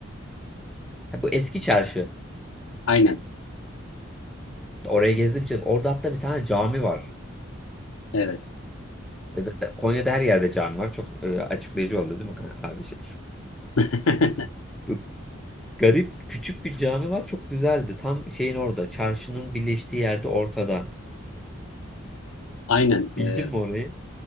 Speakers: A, in the centre; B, on the left (about 80°).
A: Ha, bu eski çarşı.
B: Aynen.
A: Oraya gezdim canım. Orada hatta bir tane cami var.
B: Evet.
A: E Zaten Konya'da her yerde cami var. Çok e, açıklayıcı oldu değil mi kan- abi şey?
B: <laughs>
A: Bu garip küçük bir cami var. Çok güzeldi. Tam şeyin orada. Çarşının birleştiği yerde ortada.
B: Aynen. e,
A: Bildin mi orayı?